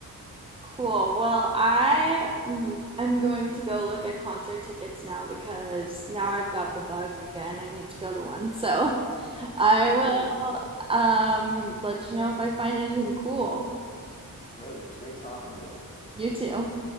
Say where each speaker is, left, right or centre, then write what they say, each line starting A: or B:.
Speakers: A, on the right; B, on the left.
A: Cool. Well, I mm, am going to go look at concert tickets now because now I've got the bug again. I need to go to one. So, <laughs> I will
B: Great,
A: um let you know if I find anything cool.
B: great. It's great talking to you.
A: You too.